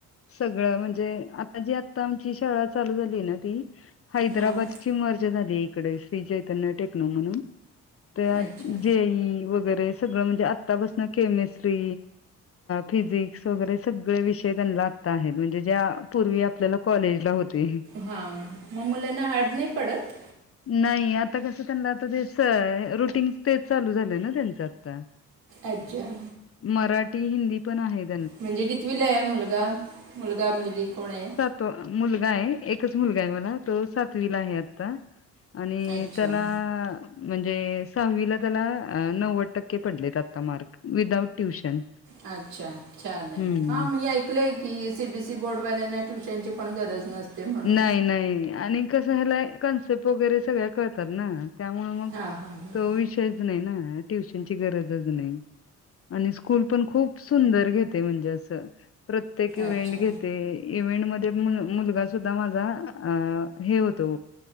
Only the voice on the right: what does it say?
हां
अच्छा
हा, मग मुलांना हार्ड नाही पडत?
अच्छा.
म्हणजे कितवीला आहे मुलगा, मुलगा मुलगी कोण आहे?
अच्छा
अच्छा छान
आहे. हा मी सी बी सी बोर्डवाल्यांना ट्यूशनची पण गरज नसते. म्हणून
हां हां हां
अच्छा